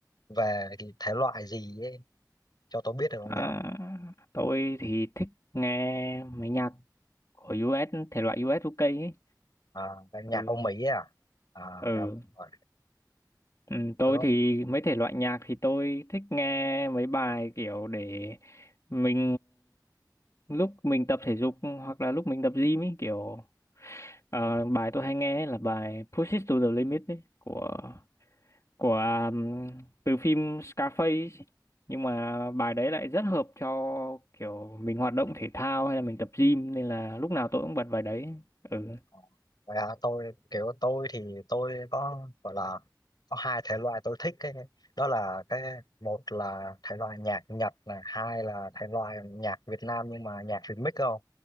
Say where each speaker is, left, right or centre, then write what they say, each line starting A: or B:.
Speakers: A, on the left (about 65°); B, on the left (about 45°).
A: về cái thể loại gì ấy cho tôi biết được không
B: À,
A: nhỉ?
B: tôi thì thích nghe mấy nhạc của US, thể loại US UK ấy.
A: à, ban nhạc
B: Ừ.
A: Âu Mỹ à à
B: ừ
A: rồi rồi
B: Ừ, tôi
A: đúng
B: thì mấy thể loại nhạc thì tôi thích nghe mấy bài kiểu để mình lúc mình tập thể dục hoặc là lúc mình tập gym ấy kiểu ờ, bài tôi hay nghe ấy là bài Push It to the Limit ấy, của của um, từ phim Scarface ấy. nhưng mà bài đấy lại rất hợp cho kiểu mình hoạt động thể thao hay là mình tập gym nên là lúc nào tôi cũng bật bài đấy ừ
A: Ờ, vậy hả? tôi kiểu tôi thì tôi có gọi là có hai thể loại tôi thích cái đó là cái một là thể loại nhạc Nhật này hai là thể loại nhạc Việt Nam nhưng mà nhạc remix không